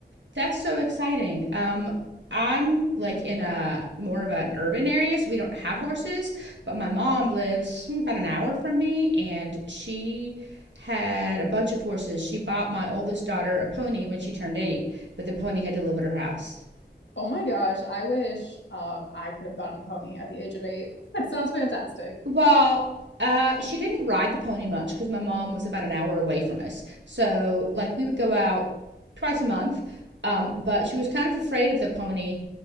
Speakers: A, on the right; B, on the left.
A: That's so exciting. Um, I'm like in a more of an urban area, so we don't have horses. But my mom lives mm, about an hour from me, and she had a bunch of horses. She bought my oldest daughter a pony when she turned eight, but the pony had to live at her house.
B: Oh my gosh, I wish um I could have gotten a pony at the age of eight. <laughs> That sounds fantastic.
A: Well, uh, she didn't ride the pony much because my mom was about an hour away from us. So, like, we would go out twice a month, um, but she was kind of afraid of the pony,